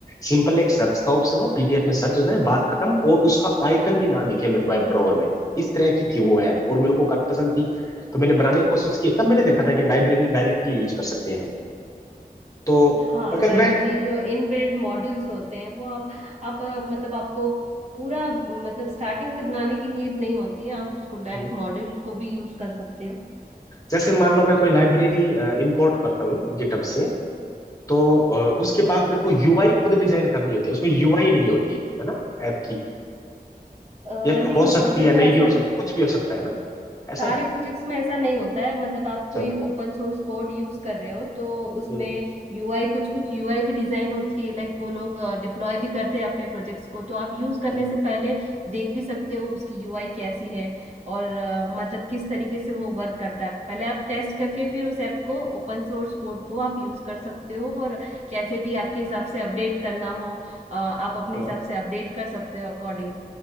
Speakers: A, on the left (about 20°); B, on the right (about 45°).
A: सिंपल एक सर्च का ऑप्शन हो पीडीएफ में सर्च हो जाए बात खत्म और उसका आइकन भी ना दिखे मेरे को ऐप ड्रॉवर में इस तरह की थी वो ऐप और मेरे को काफी पसंद थी तो मैंने बनाने की कोशिश की तब मैंने देखा था कि लाइब्रेरी डायरेक्टली यूज कर सकते हैं हम तो
B: लाइब्रेरी
A: अगर मैं
B: जो इन बिल्ड मॉड्यूल्स होते हैं वो हम आप अ, मतलब आपको पूरा मतलब स्टार्टिंग से बनाने की नीड नहीं होती है आप उसको डायरेक्ट
A: हम्म।
B: मॉड्यूल को भी यूज कर सकते हो
A: जैसे मान लो मैं कोई लाइब्रेरी इंपोर्ट करता हूँ गिटहब से तो अ, उसके बाद मेरे को यूआई खुद डिजाइन करनी होती है उसमें यूआई नहीं होती है ना ऐप की
B: अ,
A: या फिर
B: नहीं
A: हो सकती
B: सब जगह
A: है नहीं
B: ऐसा
A: भी हो सकती कुछ भी हो सकता है ना ऐसा
B: सारे
A: है
B: प्रोजेक्ट्स में ऐसा नहीं होता है मतलब आप
A: अच्छा
B: कोई ओपन सोर्स कोड यूज कर रहे हो तो उसमें
A: हम्म,
B: यूआई कुछ कुछ यूआई भी डिजाइन होती है लाइक वो लोग डिप्लॉय भी करते हैं अपने प्रोजेक्ट्स को तो आप यूज करने
A: हाँ,
B: से पहले देख भी सकते हो उसकी यूआई कैसी है और अ, मतलब किस तरीके से वो वर्क करता है पहले आप टेस्ट करके फिर उस ऐप को ओपन सोर्स कोड को आप यूज कर सकते हो और कैसे भी आपके हिसाब से अपडेट करना हो अ, आप अपने
A: हाँ।
B: हिसाब से अपडेट कर सकते हो अकॉर्डिंग